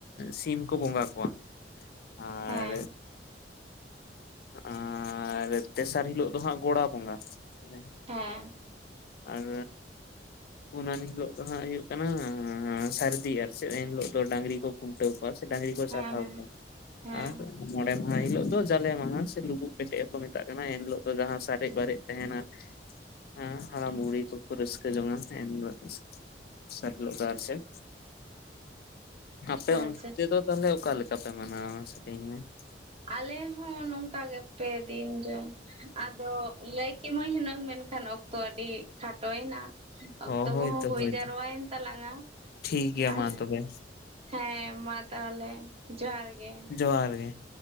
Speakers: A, on the left; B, on the right.
A: ᱥᱤᱢ ᱠᱚ ᱵᱚᱸᱜᱟ ᱠᱚᱣᱟ, ᱟᱨ
B: ᱦᱮᱸ
A: ᱟᱨ ᱛᱮᱥᱟᱨ ᱦᱤᱞᱳᱜ ᱫᱚ ᱦᱟᱸᱜ ᱜᱚᱲᱟ ᱵᱚᱸᱜᱟ ᱦᱮᱸᱪᱮ᱾
B: ᱦᱮᱸ᱾
A: ᱟᱨᱻ ᱯᱩᱱ ᱟᱱ ᱦᱤᱞᱚᱜ ᱫᱚ ᱦᱟᱸᱜ ᱦᱩᱭᱩᱜ ᱠᱟᱱᱟ ᱟᱸᱻ ᱥᱟᱹᱨᱫᱤ ᱟᱨ ᱪᱮᱫ, ᱮᱱ ᱦᱤᱞᱚᱜ ᱫᱚ ᱰᱟᱝᱨᱤ ᱠᱚ ᱠᱷᱩᱱᱴᱟᱹᱣ ᱠᱚᱣᱟ ᱥᱮ ᱰᱟᱝᱨᱤ ᱠᱚ
B: ᱦᱮᱸ
A: ᱪᱟᱨᱦᱟᱣ
B: ᱦᱮᱸ
A: ᱠᱚᱣᱟ,
B: ᱦᱮᱸ
A: ᱟᱨ ᱢᱚᱬᱮ ᱢᱟᱦᱟ ᱦᱤᱞᱳᱜ ᱫᱚ ᱡᱟ ᱞᱮ ᱢᱟᱦᱟ ᱥᱮ ᱞᱩᱵᱩᱜ ᱯᱮᱴᱮᱡ ᱦᱚᱸᱠᱚ ᱢᱮᱛᱟᱜ ᱠᱟᱱᱟ ᱮᱱ ᱦᱤᱞᱳᱜ ᱫᱚ ᱡᱟᱦᱟᱸ ᱥᱟᱨᱮᱡ ᱵᱟᱨᱮᱡ ᱛᱟᱦᱮᱸᱱᱟ, ᱦᱮᱸ ᱦᱟᱲᱟᱢ ᱵᱩᱲᱤ ᱠᱚ ᱠᱚ ᱨᱟᱹᱥᱠᱟᱹ ᱡᱚᱝᱟ ᱮᱱ ᱦᱤᱞᱚᱜ ᱜᱮ᱾ ᱥᱟᱨ ᱦᱤᱞᱚᱜ ᱫᱚ ᱟᱨ ᱪᱮᱫ,
B: <inaudible>
A: ᱟᱯᱮ
B: ᱟᱪᱪᱷᱟ
A: ᱚᱱᱛᱮ ᱫᱚ ᱛᱟᱦᱚᱞᱮ ᱚᱠᱟ ᱞᱮᱠᱟ ᱯᱮ ᱢᱟᱱᱟᱣᱟ? <unintelligible>
B: ᱟᱞᱮ ᱦᱚᱸ ᱱᱚᱝᱠᱟ ᱜᱮ ᱯᱮ ᱫᱤᱱ ᱨᱮ, ᱟᱫᱚ ᱞᱟᱹᱭ ᱠᱮᱢᱟᱹᱧ ᱦᱩᱱᱟᱹᱝ ᱢᱮᱱᱠᱷᱟᱱ ᱚᱠᱛᱚ ᱟᱹᱰᱤ ᱠᱷᱟᱴᱚᱭᱱᱟ᱾ ᱚᱠᱛᱚ
A: ᱚ ᱦᱳᱭᱛᱚ
B: ᱠᱚ ᱦᱚᱸ ᱦᱩᱭ
A: ᱦᱳᱭᱛᱚ
B: ᱡᱟᱨᱚᱣᱟᱭᱮᱱ ᱛᱟᱞᱟᱝᱟ,
A: ᱴᱷᱤᱠ ᱜᱮᱭᱟ
B: ᱟᱨ
A: ᱢᱟ ᱛᱚᱵᱮ
B: ᱦᱮᱸ ᱢᱟ ᱛᱟᱦᱞᱮ ᱡᱚᱦᱟᱨ ᱜᱮ᱾
A: ᱡᱚᱦᱟᱨ ᱜᱮ,